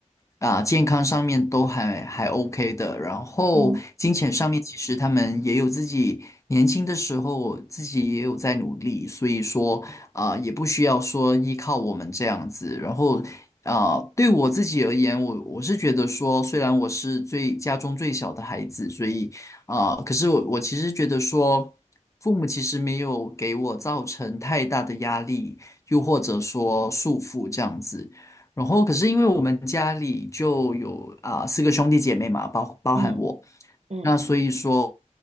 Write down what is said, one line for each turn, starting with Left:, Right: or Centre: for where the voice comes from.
Left: 啊、健康上面都还还 OK 的，然后金钱上面其实他们也有自己年轻的时候自己也有在努力，
Right: 嗯
Left: 所以说啊、也不需要说依靠我们这样子，然后啊、对我自己而言，我我是觉得说，虽然我是最家中最小的孩子，所以啊、可是我我其实觉得说，父母其实没有给我造成太大的压力，又或者说束缚这样子。然后，可是因为我们家里就有啊、四个兄弟姐妹嘛，包包含我。
Right: 嗯嗯。
Left: 那所以说，